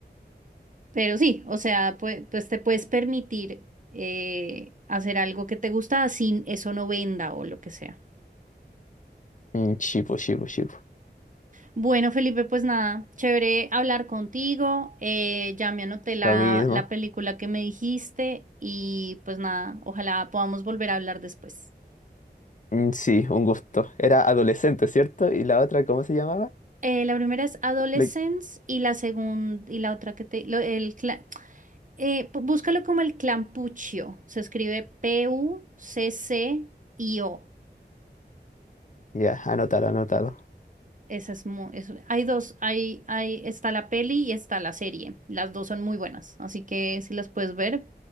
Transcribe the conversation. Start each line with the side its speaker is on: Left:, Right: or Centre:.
Right: pero sí, o sea, pues, pues te puedes permitir eh, hacer algo que te gusta sin eso no venda o lo que sea.
Left: Mm, sí, po, sí, po, sí, po.
Right: Bueno, Felipe, pues nada, chévere hablar contigo. eh, ya me anoté la,
Left: Lo mismo.
Right: la película que me dijiste y pues nada, ojalá podamos volver a hablar después.
Left: Mm, sí, un gusto. Era adolescente, ¿cierto? Y la otra, ¿cómo se llamaba?
Right: Eh, la primera es Adolescence
Left: Le-
Right: y la segunda y la otra que te lo- el cla- eh, pu- búscalo como el clampuccio Se escribe P U C C I O.
Left: Ya, anotado, anotado.
Right: Esa es muy, es- hay dos, hay, hay, está la peli y está la serie. Las dos son muy buenas, así que si las puedes ver,